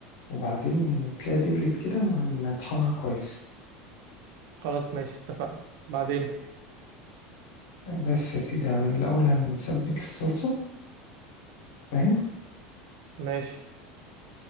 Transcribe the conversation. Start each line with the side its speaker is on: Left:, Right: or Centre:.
Left: وبعدين بتلاقيها دبلت كده وهنطحنها كويس
Right: خلاص ماشي اتفقنا بعدين
Left: بس يا سيدي هن الأول هنسبك الصلصة فاهم
Right: ماشي